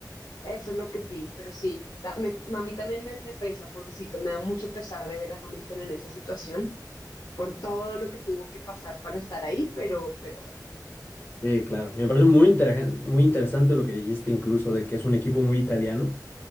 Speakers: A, on the left (about 70°); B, on the left (about 30°).
A: Eso es lo que opino, pero sí, ta- me- a mí también me, me pesa, pobrecito, me da mucho pesar de ver a Hamilton en esa situación, por todo lo que tuvo que pasar para estar ahí, pero, pero bueno.
B: Sí, claro. Me parece muy interesante, muy interesante lo que dijiste incluso de que es un equipo muy italiano.